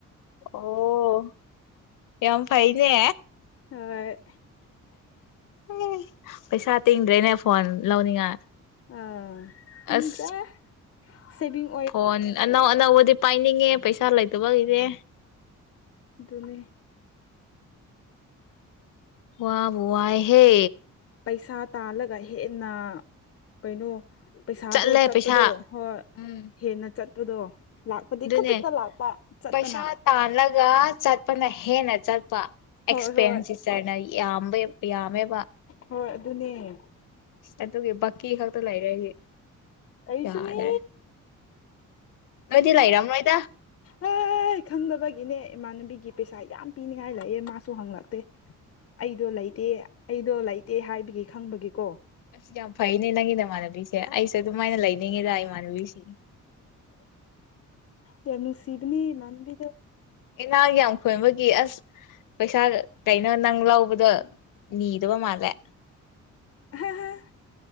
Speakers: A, on the left; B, on the left.
A: ꯑꯣ ꯌꯥꯝ ꯐꯩꯅꯦ
B: ꯍꯣꯏ
A: ꯑꯦ ꯄꯩꯁꯥ ꯇꯤꯡꯗ꯭ꯔꯦꯅꯦ ꯐꯣꯟ ꯂꯧꯅꯤꯡꯉꯥꯏ
B: ꯑꯥ ꯇꯤꯟꯗ꯭ꯔꯦ
A: ꯑꯁ
B: ꯁꯦꯕꯤꯡ
A: ꯐꯣꯟ ꯑꯅꯧ ꯑꯅꯧꯕꯗꯤ ꯄꯥꯏꯅꯤꯡꯉꯦ ꯄꯩꯁꯥ ꯂꯩꯇꯕꯒꯤꯅꯦ
B: ꯑꯗꯨꯅꯦ
A: ꯋꯥꯕꯨ ꯋꯥꯏꯍꯦ
B: ꯄꯩꯁꯥ ꯇꯥꯜꯂꯒ ꯍꯦꯟꯅ ꯀꯩꯅꯣ ꯄꯩꯁꯥꯗꯣ
A: ꯆꯠꯂꯦ
B: ꯆꯠꯄꯗꯣ
A: ꯄꯩꯁꯥ
B: ꯍꯣꯏ
A: ꯎꯝ
B: ꯍꯦꯟꯅ ꯆꯠꯄꯗꯣ ꯂꯥꯛꯄꯗꯤ
A: ꯑꯗꯨꯅꯦ
B: ꯈꯖꯤꯛꯇ ꯂꯥꯛꯄ ꯆꯠꯄꯅ
A: ꯄꯩꯁꯥ ꯇꯥꯜꯂꯒ ꯆꯠꯄꯅ ꯍꯦꯟꯅ ꯆꯠꯄ
B: ꯍꯣꯏ
A: ꯑꯦꯛꯁꯄꯦꯟꯁꯤꯞ
B: ꯍꯣꯏ
A: ꯆꯔꯅ ꯌꯥꯝꯕ ꯌꯥꯝꯃꯦꯕ
B: ꯍꯣꯏ ꯑꯗꯨꯅꯦ
A: ꯑꯗꯨꯒꯤ ꯕꯀꯤ ꯈꯛꯇ ꯂꯩꯔꯦ ꯑꯩꯒꯤ
B: ꯑꯩꯁꯨꯅꯤ
A: ꯌꯥꯗ꯭ꯔꯦ ꯅꯣꯏꯗꯤ ꯂꯩꯔꯝꯃꯣꯏꯗ
B: ꯎꯝ <inaudible> ꯍꯦ ꯈꯪꯗꯕꯒꯤꯅꯦ ꯏꯃꯥꯟꯅꯕꯤꯒꯤ ꯄꯩꯁꯥ ꯌꯥꯝ ꯄꯤꯅꯤꯡꯉꯥꯏ ꯂꯩꯑꯦ ꯃꯥꯁꯨ ꯍꯪꯂꯛꯇꯦ ꯑꯩꯗꯣ ꯂꯩꯇꯦ ꯑꯩꯗꯣ ꯂꯩꯇꯦ ꯍꯥꯏꯕꯒꯤ ꯈꯪꯕꯒꯤꯀꯣ
A: ꯑꯁ ꯌꯥꯝ ꯐꯩꯅꯦ ꯅꯪꯒꯤ ꯅꯃꯥꯟꯅꯕꯤꯁꯦ ꯑꯩꯁꯨ ꯑꯗꯨꯃꯥꯏꯅ ꯂꯩꯅꯤꯡꯉꯤꯗ ꯏꯃꯥꯟꯅꯕꯤꯁꯤ
B: ꯌꯥꯝ ꯅꯨꯡꯁꯤꯕꯅꯦ ꯏꯃꯥꯟꯅꯕꯤꯗ
A: ꯏꯅꯥꯛ ꯌꯥꯝ ꯈꯨꯟꯕꯒꯤ ꯑꯁ ꯄꯩꯁꯥ ꯀꯩꯅꯣ ꯅꯪ ꯂꯧꯕꯗꯣ ꯅꯤꯗꯕ ꯃꯥꯜꯂꯦ
B: ꯍꯥ ꯍꯥ